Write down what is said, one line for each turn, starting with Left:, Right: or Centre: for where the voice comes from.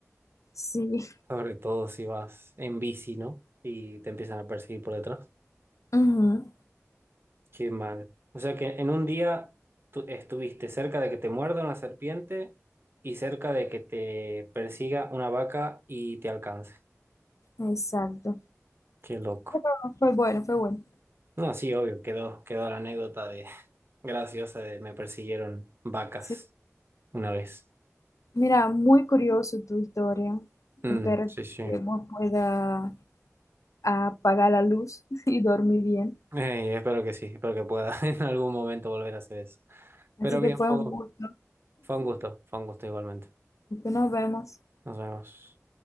Left: Sí.
Right: <laughs> Sobre todo si vas en bici, ¿no? Y te empiezan a perseguir por detrás.
Left: Ujú.
Right: Qué mal. O sea que en un día tú estuviste cerca de que te muerda una serpiente y cerca de que te persiga una vaca y te alcance.
Left: Exacto.
Right: Qué loco.
Left: Pero fue bueno, fue bueno.
Right: No, sí, obvio, quedó, quedó la anécdota de <laughs> graciosa de me persiguieron vacas
Left: Sí.
Right: una vez.
Left: Mira, muy curioso tu historia.
Right: Mm,
Left: Espero
Right: sí, sí.
Left: que vos puedas apagar la luz <laughs> y dormir bien.
Right: Ey, espero que sí, espero que pueda <laughs> en algún momento volver a hacer eso.
Left: Así
Right: Pero bien,
Left: que fue
Right: fue,
Left: un gusto.
Right: fue un gusto, fue un gusto igualmente.
Left: Nos vemos.
Right: Nos vemos.